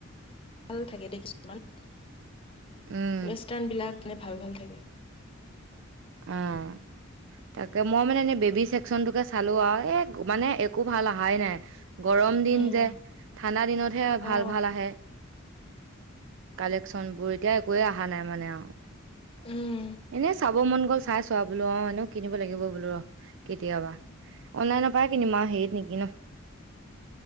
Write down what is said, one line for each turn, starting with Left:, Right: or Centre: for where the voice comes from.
Left: ভাল থাকে দেই কিছুমান ৱেষ্টাৰ্ণ
Right: উম,
Left: বিলাক মানে ভাল ভাল থাকে।
Right: অঁ। তাকে মই মানে এনেই বেবী চছেকচনটোকে চালো আৰু এ মানে একো ভাল অহাই নাই। গৰম দিন
Left: উম
Right: যে, ঠাণ্ডা দিনতহে ভাল
Left: অ
Right: ভাল আহে। কালেকচন বোৰ। এতিয়া একোৱে অহা নাই মানে আৰু।
Left: উম।
Right: এনে চাব মন গ'ল চাই চোৱা, বোলো অঁ এনেও কিনিব লাগিব বোলো ৰ কেতিয়াবা। অনলাইনৰ পায় কিনিম আ হেইত নিকিনো।